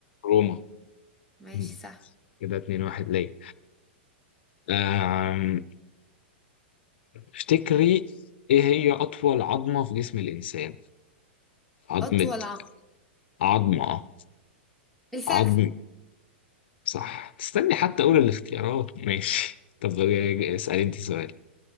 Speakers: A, on the left; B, in the centre.
A: روما
B: ماشي
A: مم.
B: صح
A: كده اتنين واحد ليه أم... تفتكري إيه هي أطول عظمة في جسم الإنسان؟ عظمة
B: أطول عام
A: عظمة
B: الفخذ
A: عظمة صح استني حتى أقول الاختيارات ماشي طب آه، اسألي أنت سؤال